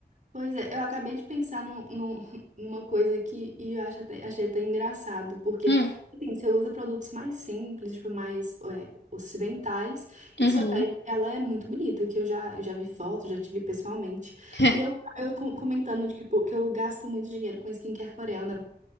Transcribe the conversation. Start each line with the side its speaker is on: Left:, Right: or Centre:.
Right: Pois é, eu acabei de pensar no, no- <laughs> numa coisa aqui e eu acho até- achei até engraçado, porque
Left: Hum.
Right: assim, você usa produtos mais simples, tipo, mais é, ocidentais, e
Left: Uhum.
Right: sua pele, ela é muito bonita, que eu já, já vi foto, já tive pessoalmente.
Left: <laughs>
Right: E eu, eu co- comentando de que, pô, que eu gasto muito dinheiro com skincare coreana.